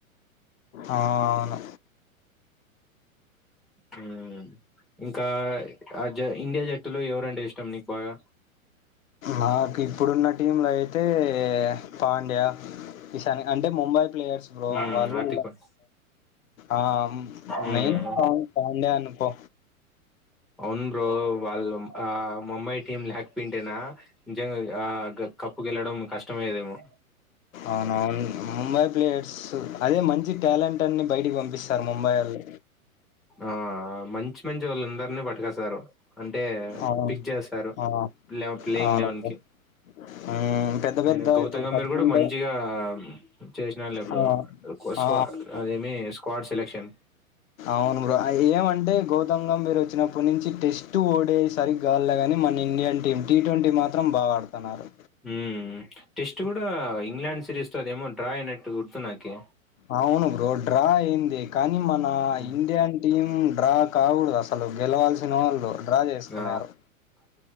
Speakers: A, on the left; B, in the centre.
A: ఆ అవును
B: ఆ ఇంకా అ జ ఇండియా జట్టులో ఎవరంటే ఇష్టం నీకు బాగా
A: నాకు ఇప్పుడున్న టీం లో అయితే ఏ పాండ్యా ఈశాని కంటే ముంబై ప్లేయర్స్ బ్రో
B: మ్మ్
A: వాళ్ళు
B: హార్దిక్ పాండ్యా.
A: ఆ
B: మ్మ్
A: మెయిన్ సాంగ్ పాండ్యా అనుకో
B: అవున్ బ్రో వాళ్ళు ఆ ముంబై టీమ్ లాక్ పోయింటేన జంగా ఆ కప్పు గెలవడం కష్టం అయ్యేదేమో
A: అవునవును ముంబై ప్లేయర్స్ అదే మంచి టాలెంట్ అన్ని బయటికి పంపిస్తారు ముంబై ఆళ్ళు
B: ఆ మంచి మంచి వాళ్ళందరిని పటుకస్తారు అంటే
A: అవును
B: పిక్ చేస్తారు
A: ఆ
B: ప్లే ప్లేయింగ్
A: అవును
B: లెవెన్
A: బ్రో
B: కి
A: హ్మ్ పెద్ద పెద్ద
B: ఆయన గౌతమ్
A: ఇప్పుడు
B: గంభీర్
A: సచిన్
B: కూడా మంచిగా
A: తో
B: చేసినాల్లే బ్రో
A: ఆ
B: కుసువ
A: ఆ
B: అదేమి వార్డ్ సెలెక్షన్
A: అవును బ్రో ఏమంటే గౌతం గంబీర్ వచ్చినప్పటి నుంచి టెస్ట్ ఓడేసరి గాలి గాని మన ఇండియన్ టీమ్ టీ ట్వంటీ మాత్రం బాగా ఆడుతున్నారు
B: ఉ ఉ టెస్ట్ కూడా ఇంగ్లాండ్ సిరీస్ ద ఏమో డ్రా అయినట్టు గుర్తు నాకి
A: అవును బ్రో డ్రా అయ్యింది కానీ మన
B: మ్మ్.
A: ఇండియన్ టీమ్ డ్రా కాకుడదు అసలు గెలవాల్సిన వాళ్ళు డ్రా చేసుకున్నారు
B: ఆ,